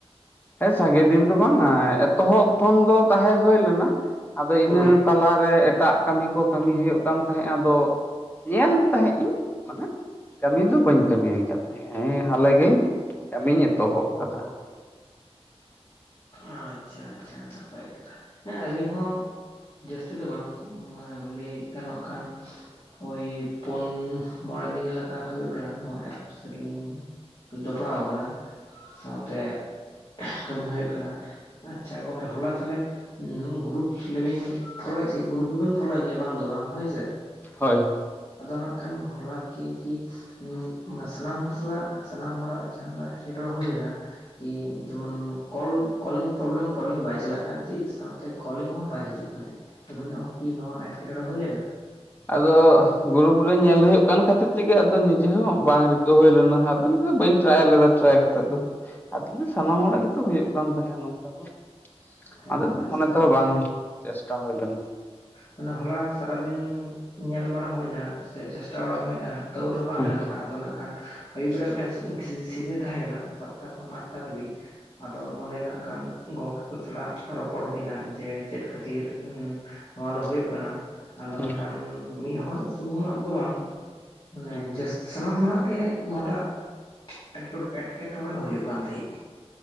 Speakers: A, on the left; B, on the left.
A: ᱦᱮᱸ ᱥᱟᱸᱜᱮ ᱫᱤᱱ ᱫᱚ ᱵᱟᱝᱼᱟ ᱮᱛᱚᱦᱚᱵ ᱠᱷᱚᱱ ᱫᱚ ᱛᱟᱦᱮᱸ ᱦᱳᱭ ᱞᱮᱱᱟ᱾ ᱟᱫᱚ ᱤᱱᱟᱹ
B: ᱦᱳᱭ
A: ᱛᱟᱞᱟᱨᱮ ᱮᱴᱟᱜ ᱠᱟᱹᱢᱤ ᱠᱚ ᱠᱟᱹᱢᱤ ᱦᱳᱭᱳᱜ ᱠᱟᱱ ᱛᱟᱦᱮᱸᱜᱼᱟ ᱟᱫᱚ ᱧᱮᱞ ᱛᱟᱦᱮᱸᱫ ᱤᱧ ᱢᱟᱱᱮ! ᱠᱟᱹᱢᱤ ᱫᱚ ᱵᱟᱹᱧ ᱠᱟᱹᱢᱤ ᱠᱟᱫ ᱛᱟᱦᱮᱸᱜ ᱜᱮ, ᱱᱮᱸ ᱦᱟᱞᱮ ᱜᱮ ᱠᱟᱹᱢᱤᱧ ᱮᱛᱚᱦᱚᱵ ᱟᱠᱟᱫᱟ᱾
B: ᱟᱪᱪᱷᱟ ᱟᱪᱪᱷᱟ ᱱᱟᱯᱟᱭ ᱠᱟᱛᱷᱟ᱾ ᱦᱮᱸ ᱟᱹᱞᱤᱧ ᱦᱚᱸ ᱡᱟᱹᱥᱛᱤ ᱫᱚ ᱵᱟᱝ, <unintelligible> ᱞᱟᱹᱭ ᱜᱟᱱᱚᱜ ᱠᱷᱟᱱ᱾ ᱳᱭ ᱯᱳᱱ ᱢᱚᱬᱮ ᱫᱤᱱ ᱞᱮᱠᱟ ᱦᱳᱭᱳᱜ ᱠᱟᱱᱟ ᱱᱚᱣᱟ ᱮᱯᱥ ᱨᱮᱞᱤᱝ, ᱡᱚᱯᱲᱟᱣ ᱟᱠᱟᱱᱟ ᱥᱟᱶᱛᱮ ᱠᱟᱹᱢᱤ ᱦᱳᱭᱳᱜ ᱠᱟᱱᱟ᱾ᱟᱪᱪᱷᱟ ᱜᱚᱝᱠᱮ ᱦᱚᱞᱟ ᱛᱟᱦᱚᱞᱮ ᱦᱩᱸ ᱜᱨᱩᱯᱥᱤᱞᱮ ᱵᱤᱱ ᱯᱷᱚᱞᱚᱭᱮᱫ ᱛᱮᱦᱮᱸᱜ ᱜᱩᱨᱩᱯ ᱫᱚᱵᱤᱱ ᱯᱷᱚᱞᱚᱭ ᱜᱮᱭᱟ ᱵᱟᱝ ᱫᱚ ᱵᱟᱝ ᱦᱳᱭ ᱥᱮ᱾
A: ᱦᱚᱭ!
B: ᱟᱫᱚ ᱱᱟᱜ ᱠᱷᱟᱱ ᱦᱚᱞᱟ ᱠᱤᱝ ᱠᱤ ᱦᱩᱸ᱾ᱥᱟᱱᱟᱢ ᱦᱚᱲ ᱥᱟᱞᱟᱜ ᱥᱟᱱᱟᱢ ᱦᱚᱲᱟᱜ ᱡᱟᱦᱟᱸᱱ, ᱮᱸᱴᱠᱮᱴᱚᱬᱮ ᱦᱳᱭ ᱞᱮᱱᱟ᱾ ᱠᱤ ᱡᱚᱢᱚᱱ᱾ ᱠᱚᱞ ᱠᱚᱞᱤᱝ ᱯᱨᱳᱵᱞᱮᱢ ᱠᱚᱞᱤᱝ ᱵᱟᱭ ᱪᱟᱞᱟᱜ ᱠᱟᱱ ᱛᱟᱸᱦᱤᱸᱜ, ᱥᱟᱶᱛᱮ ᱠᱚᱞᱤᱝ ᱦᱚᱸ ᱵᱟᱭ ᱦᱤᱡᱩᱜ ᱠᱟᱱ ᱛᱟᱹᱦᱤᱸᱜ᱾ ᱟᱹᱵᱤᱱᱟᱜ ᱦᱚᱸ ᱠᱤ ᱱᱚᱣᱟ ᱮᱸᱴᱠᱮᱴᱚᱲᱮ ᱦᱳᱭ ᱞᱮᱱᱟ?
A: ᱟᱫᱚ ᱜᱩᱨᱩᱯ ᱨᱮ ᱧᱮᱞ ᱦᱳᱭᱳᱜ ᱠᱟᱱ ᱠᱷᱟᱹᱛᱤᱨ ᱛᱮᱜᱮ ᱟᱫᱚ ᱱᱤᱡᱮ ᱦᱚᱸ ᱵᱟᱝ ᱨᱤᱠ ᱛᱳ ᱦᱳᱭ ᱞᱮᱱᱟ ᱟᱫᱚᱧ ᱢᱮᱱ ᱮᱫᱟ ᱵᱟᱹᱧ ᱴᱨᱟᱭ ᱞᱮᱫᱟ ᱴᱨᱟᱭ ᱠᱟᱛᱮᱫ ᱫᱚ᱾ ᱟᱫᱚᱧ ᱥᱟᱱᱟᱢ ᱦᱚᱲᱟᱜ ᱜᱮᱛᱚ ᱦᱳᱭᱳᱜ ᱠᱟᱱ ᱛᱟᱦᱮᱸᱫᱼᱟ ᱱᱚᱝᱠᱟ ᱫᱚ᱾
B: ᱚ
A: ᱟᱫᱚ
B: ᱟᱪᱪᱷᱟ
A: ᱢᱚᱱᱮ ᱛᱮᱦᱚᱸ
B: ᱟᱪᱪᱷᱟ
A: ᱵᱟᱝ ᱪᱮᱥᱴᱟ ᱦᱳᱭ ᱞᱮᱱᱟ᱾
B: ᱢᱟᱱᱮ ᱦᱚᱞᱟ ᱥᱟᱨᱟᱫᱤᱱ ᱧᱮᱞ ᱵᱟᱲᱟ ᱦᱳᱭᱱᱟ ᱥᱮ ᱪᱮᱥᱴᱟ ᱵᱟᱲᱟ ᱦᱳᱭᱱᱟ᱾ ᱛᱟᱹᱣ ᱨᱮᱦᱚᱸ ᱵᱟᱝ
A: ᱦᱩᱸ
B: ᱜᱟᱱᱚᱜ ᱠᱟᱱᱟ ᱟᱫᱚ ᱱᱟᱜᱠᱷᱟᱱ ᱟᱹᱭᱩᱵ ᱵᱮᱲᱟ ᱢᱤᱫᱴᱮᱱ ᱥᱤᱨ ᱥᱤᱡᱤᱱ ᱛᱟᱦᱮᱸ ᱠᱟᱱᱟ ᱥᱟᱛᱴᱟ ᱠᱷᱚᱱ ᱟᱴᱴᱟ ᱫᱷᱟᱹᱵᱤᱡ᱾ ᱟᱫᱚ ᱚᱸᱰᱮ ᱱᱟᱜᱠᱷᱟᱱ ᱜᱚᱝᱠᱮ ᱠᱚ ᱥᱟᱞᱟᱜ ᱨᱚᱯᱚᱲ ᱦᱳᱭ ᱮᱱᱟ ᱡᱮ ᱪᱮᱫ ᱠᱷᱟᱹᱛᱤᱨ ᱱᱚᱣᱟ ᱫᱚ ᱦᱳᱭᱳᱜ ᱠᱟᱱᱟ ᱟᱫᱚ
A: ᱦᱩᱸ
B: ᱱᱟᱠᱷᱟᱱ ᱢᱤᱫ ᱦᱚᱲ ᱥᱩᱢᱩᱝᱟᱜ ᱫᱚ ᱵᱟᱝ, ᱢᱟᱱᱮ
A: ᱦᱩᱸ
B: ᱡᱟᱹᱥ ᱥᱟᱱᱟᱢ ᱦᱚᱲᱟᱜ ᱜᱮ ᱱᱚᱣᱟᱴᱟᱜ ᱮᱸᱴᱠᱮ ᱮᱸᱴᱠᱮ ᱴᱲᱮ ᱫᱚ ᱦᱳᱭᱳᱜ ᱠᱟᱱ ᱛᱟᱹᱦᱤ᱾